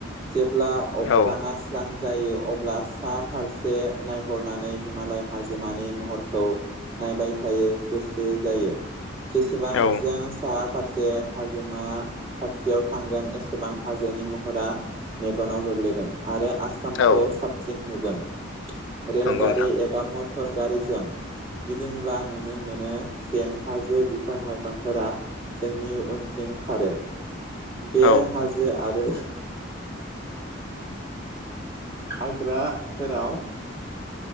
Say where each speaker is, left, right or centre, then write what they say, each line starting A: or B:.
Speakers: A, on the right; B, on the left.
A: जेब्ला अख्रांङा
B: औ
A: स्रां जायो अब्ला सा फारसे नायहरनानै हिमालय हाजोमानि महरखौ नायबाय थायो गोसो जायो जेसेबां
B: औ
A: जों सा जे हाजोमा खाथियाव थांगोन एसेबां हाजोनि महरा मेगनाव गोग्लैगोन आरो आ
B: औ
A: खौ साबसिन नुगोन रेलगारि
B: नंगौ नोंथां
A: एबा म मटर गारिजों गिदिंब्ला नुनो मोनो जेन हाजो बिफां लाइफांफोरा जोंनि उनथिं खारो बे
B: औ
A: हाजो आरो आग्रा फोराव